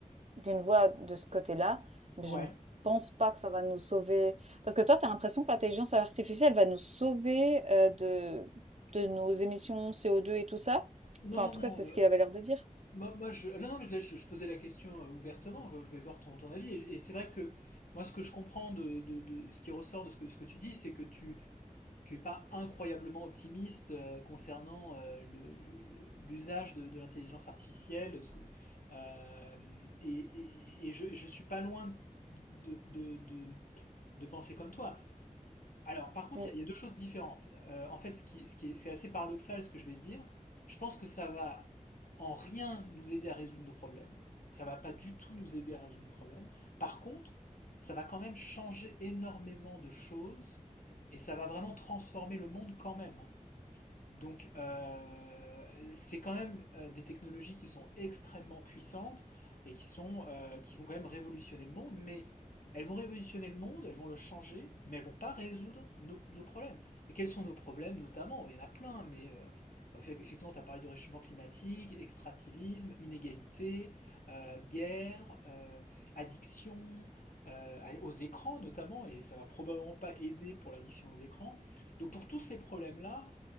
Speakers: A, on the right (about 55°); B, on the left (about 80°).
A: d'une voix de ce côté-là, mais
B: Ouais.
A: je ne pense pas que ça va nous sauver. Parce que toi, tu as l'impression que l'intelligence artificielle va nous sauver euh, de, de nos émissions CO2 et tout ça.
B: Non,
A: Enfin,
B: non,
A: en tout
B: non.
A: cas, c'est ce
B: euh,
A: qu'il avait l'air de dire.
B: Moi, moi, je... Non, non, mais je, je- je posais la question euh, ouvertement, enfin, je vais voir ton, ton avis. Et, et c'est vrai que moi, ce que je comprends de, de- de ce qui ressort de ce que, ce que tu dis, c'est que tu tu es pas incroyablement optimiste euh, concernant euh, le- le- l'usage de, de l'intelligence artificielle. ce que- euh, et, et- et je, je suis pas loin de, de- de- de penser comme toi. Alors, par contre,
A: Mm.
B: il y, a- il y a deux choses différentes. Euh, en fait, ce qui, ce qui est, c'est assez paradoxal ce que je vais dire. Je pense que ça va en rien nous aider à résoudre nos problèmes. Ça va pas du tout nous aider à résoudre nos problèmes. Par contre, ça va quand même changer énormément de choses et ça va vraiment transformer le monde quand même. Donc, euh, c'est quand même euh, des technologies qui sont extrêmement puissantes et qui, sont, euh, qui vont quand même révolutionner le monde, mais elles vont révolutionner le monde, elles vont le changer, mais elles vont pas résoudre nos, nos problèmes. Et quels sont nos problèmes notamment Il y en a plein, mais euh, effectivement, tu as parlé de réchauffement climatique, extractivisme, inégalité, euh, guerre, euh, addiction euh, aux écrans notamment, et ça va probablement pas aider pour l'addiction aux écrans. Donc pour tous ces problèmes-là,